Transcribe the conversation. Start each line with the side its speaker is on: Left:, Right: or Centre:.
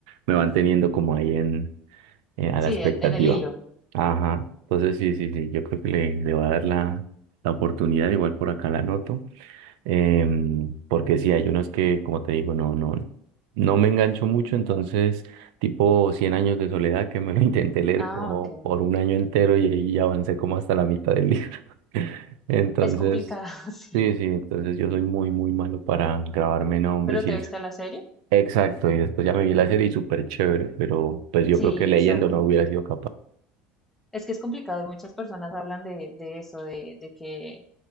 Right: Me van teniendo como ahí en, eh, a
Centre: Sí,
Right: la expectativa.
Centre: en, en el hilo.
Right: Ajá, entonces sí, sí, sí, yo creo que le, le voy a dar la, la oportunidad, igual por acá la anoto. Em, porque sí, hay unos que, como te digo, no, no, no me engancho mucho, entonces, tipo cien años de soledad, que me lo <laughs> intenté leer
Centre: Ah,
Right: como
Centre: ok.
Right: por un año entero y ahí avancé como hasta la mitad del libro. <laughs> Entonces,
Centre: Es complicado, <laughs> sí.
Right: sí, sí, entonces yo soy muy, muy malo para grabarme nombres
Centre: ¿Pero
Right: y
Centre: te
Right: eso.
Centre: viste la serie?
Right: Exacto, y después ya me vi la serie y súper chévere, pero pues yo
Centre: Sí,
Right: creo que leyendo
Centre: exacto.
Right: no hubiera sido capaz.
Centre: Es que es complicado y muchas personas hablan de, de eso, de, de que